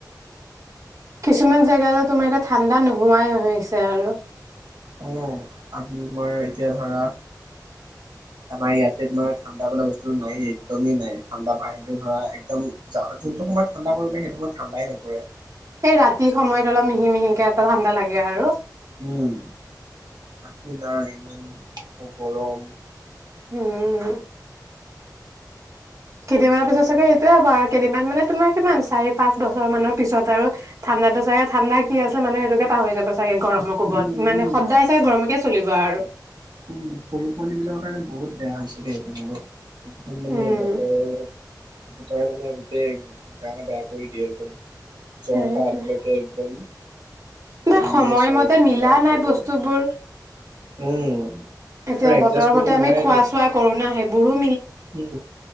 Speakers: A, on the right; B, on the right.
A: তোমাৰ
B: কিছুমান জেগা যে তোমাৰ এতিয়া ঠাণ্ডা নোহ সোৱাই আহিছে আৰু।
A: অ', আপ তোমাৰ এতিয়া ধৰা, আমাৰ ইয়াতে তোমাৰ ঠাণ্ডা বোলা বস্তুটো নাইয়ে একদমেই নাই। ঠাণ্ডা পা আহিলেও ধৰা একদম যা যোনটো সময়ত ঠাণ্ডা পৰিব লাগে সেইটো সময়ত ঠাণ্ডাই নপৰে।
B: সেই ৰাতি সময়ত অলপ মিহি-মিহিকে এটা ঠাণ্ডা লাগে আৰু।
A: উম, বাকী নাই, ইমান আকৌ গৰম।
B: উমমম। কেতিয়াবা <unintelligible> টোৱে হ'ব আৰু কেইিনমান মানে তোমাৰ কিমান চাৰি পাঁচ বছৰ মানৰ পিছত আৰু, ঠাণ্ডাটো চাগে ঠাণ্ডা কি আছিলে মানুহে সেইটোকে পাহৰি যাব ছা <unintelligible> গৰমৰ কোবত,
A: উম উম
B: মানে সদায় চাই গৰমত কে চলিবা আৰু।
A: উম, <unintelligible> পোৱালী বিলাক কাৰণে বহুত বেয়া হৈছে দেই। <unintelligible> একদম মানে
B: উম
A: বতৰৰ বতৰে মানে গোটেই গা বেয়া কৰি দিয়ে একদম। জ্বৰ
B: সেইটোৱে
A: পা আদিলৈকে একদম।
B: <unintelligible>
A: বমি
B: সময়মতে
A: চৰ্দিৰ
B: মিলা
A: পৰা আদিলৈকে
B: নাই বস্তুবোৰ।
A: উম।
B: এতিয়া
A: আৰু এডজাষ্ট
B: বতৰ
A: কৰিব
B: মতে
A: নোৱাৰেটো
B: আমি খোৱা-চোৱা কৰোঁ না, হেইব বোৰো
A: উম,